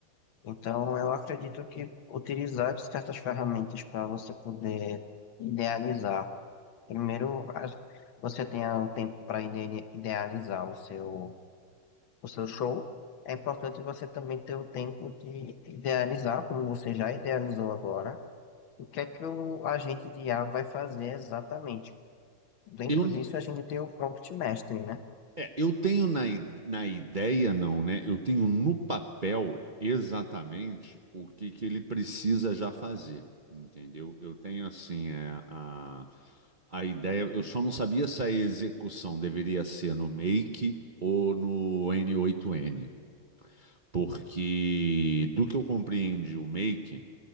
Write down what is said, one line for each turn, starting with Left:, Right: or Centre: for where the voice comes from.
Left: Então, eu acredito que utilizar certas ferramentas para você poder idealizar. Primeiro, as- você tenha um tempo para idealizar o seu, o seu show. É importante você também ter o tempo de idealizar, como você já idealizou agora o que é que o agente de IA vai fazer exatamente? Dentro
Right: Eu,
Left: disso, a gente tem o prompt mastering, né?
Right: é, eu tenho na, i- na ideia, não, né? Eu tenho no papel exatamente o que, que ele precisa já fazer, entendeu? Eu tenho, assim, é, a, a ideia. Eu só não sabia se a execução deveria ser no Make ou no N8N. Porque, do que eu compreendi, o Make,